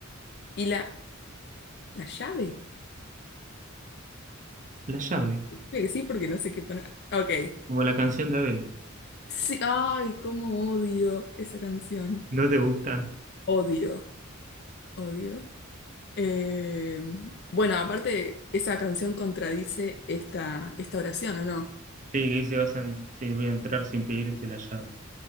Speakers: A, on the left (about 55°); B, on the right (about 40°).
A: ¿Y la, la llave?
B: La llave,
A: Creo que sí, porque no sé qué poner. Ok.
B: como la canción de Abel.
A: Sí, ay, cómo odio esa canción.
B: ¿No te gusta?
A: Odio, odio. Eh, bueno, aparte, esa canción contradice esta, esta oración, ¿o no?
B: Sí, que dice, vas a, sí, voy a entrar sin pedirte la llave.